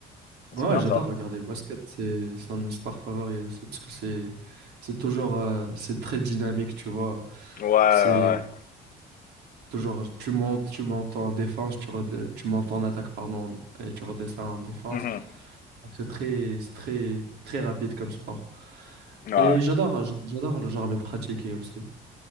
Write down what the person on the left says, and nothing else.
Bon,
C'est bien
ça.
Ouais, ouais, ouais.
Mmh
Ouais, ouais.